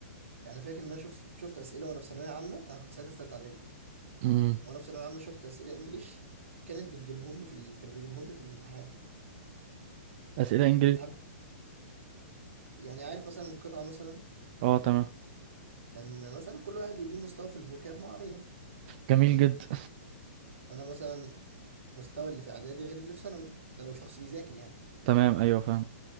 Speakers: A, on the right; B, on the right.
A: يعني فاكر ان انا شفت شفت اسئله وانا في ثانويه عامه انا كنت ساعتها في ثالثه
B: مم.
A: وانا في ثانويه عامه شفت اسئله انجليش كانت بتجيبهم لي في ال... كانوا بيجيبوهم لي في الامتحان
B: اسئله انجليزي
A: في الامتحان يعني عارف مثلا القطعه مثلا
B: اه تمام
A: كان مثلا كل واحد وليه مستوى في الفوكاب معين
B: جميل جدا
A: فانا مثلا مستوى اللي في اعدادي غير اللي في ثانوي ده لو شخص بيذاكر يعني
B: <laughs> تمام ايوه فاهم